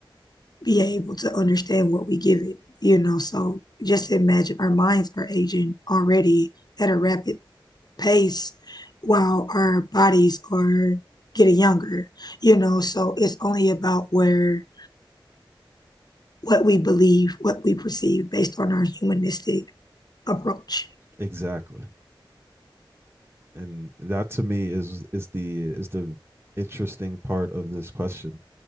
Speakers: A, on the left; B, on the right.
A: be able to understand what we give it, you know. So just imagine our minds are aging already at a rapid pace while our bodies are getting younger, you know. So it's only about where what we believe, what we perceive based on our humanistic approach.
B: Exactly. and that to me is is the is the interesting part of this question